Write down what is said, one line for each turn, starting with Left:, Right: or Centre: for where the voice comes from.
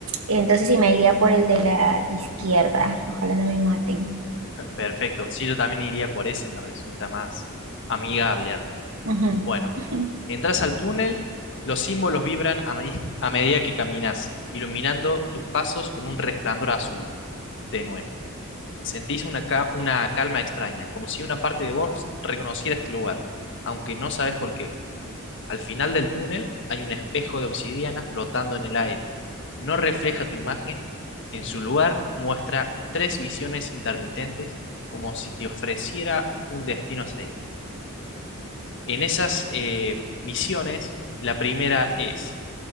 Right: Entonces sí me iría por el de la izquierda, ojalá no me maten.
Left: Perfecto, sí, yo también iría por ese, me resulta más amigable al menos.
Right: Ujú.
Left: Bueno,
Right: <laughs>
Left: entras al túnel, los símbolos vibran a, medi- a medida que caminas, iluminando tus pasos con un resplandor azul tenue. Sentís una, ca- una calma extraña, como si una parte de vos reconociera este lugar, aunque no sabes por qué. Al final del túnel hay un espejo de obsidiana flotando en el aire. No refleja tu imagen, en su lugar muestra tres visiones intermitentes como si te ofreciera un destino a seguir. En esas eh, visiones, la primera es